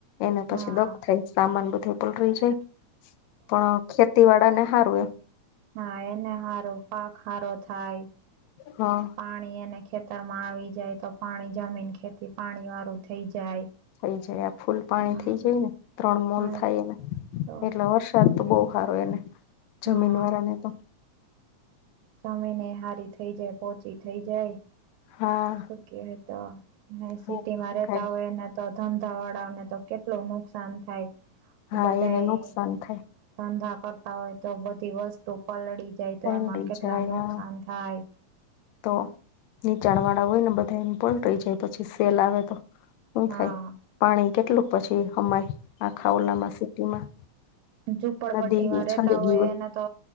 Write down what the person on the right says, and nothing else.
હા
હા એને સારો પાક સારો થાય
પાણી એને ખે ખેતરમાં આવી જાય તો પાણી જમીન ખેતી પાણી વાળું થઈ જાય.
હા
હા
તો
હા
જમીને સારી થઇ જાય પોચી થઇ જાય.
શું તો ને
સિટીમાં રેતા હોય ને તો ધંધાવાળાઓને તો કેટલું નુકસાન થાય
બધાએ
ધંધા કરતા હોય તો બધી વસ્તુ પલળી જાય
તો એમાં કેટલા
નુકસાન
થાય.
હા
ઝૂપડપટ્ટીમાં
રહેેતા
હોય એના તો